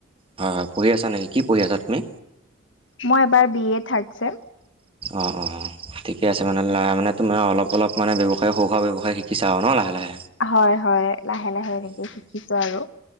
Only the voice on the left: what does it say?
মই এবাৰ বি এ থাট ছেম <unintelligible>
হয় হয় লাহে লাহে এনেকে
শিকিছো আৰু